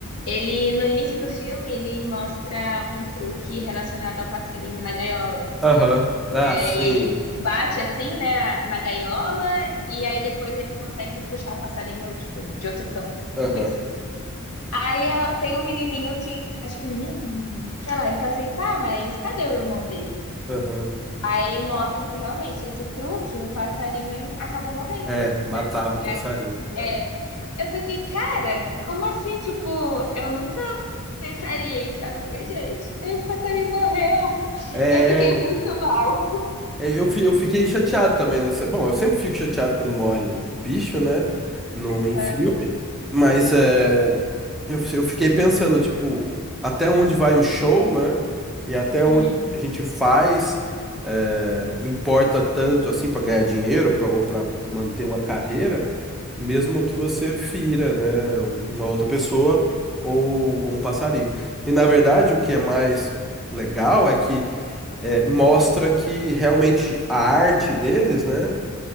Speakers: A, on the left; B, in the centre.
A: Ele, no início do filme, ele mostra um truque relacionado ao passarinho na gaiola.
B: Aham. Ah,
A: É,
B: sim.
A: e ele, tipo, bate assim, né, na gaiola, e aí depois ele consegue puxar o passarinho, tipo, de outro canto.
B: Aham.
A: Tipo isso. Aí ah, tem um menininho que, acho que é menina ou um menino, sei lá, ele fala assim, tá, mas cadê o irmão dele?
B: Aham.
A: Aí mostra que realmente esse truque, o passarinho, ele acaba morrendo,
B: É,
A: né?
B: matava o
A: É,
B: passarinho. É,
A: é. Eu fiquei, cara, como assim? Tipo, eu nunca pensaria isso, sabe? Eu fiquei, gente, aí o passarinho morreu.
B: é
A: Eu fiquei muito mal.
B: é, eu, fi- eu fiquei chateado também nessa. Bom, eu sempre fico chateado quando morre bicho, né? No, em
A: Aham.
B: filme. Mas é. Eu, eu fiquei pensando, tipo, até onde vai o show, né? E até onde
A: Uhum.
B: a gente faz, eh, importa tanto assim para ganhar dinheiro pra- ou para manter uma carreira, mesmo que você fira, né? um- Uma outra pessoa ou, ou um passarinho. E na verdade, o que é mais legal é que é, mostra que realmente a arte deles, né,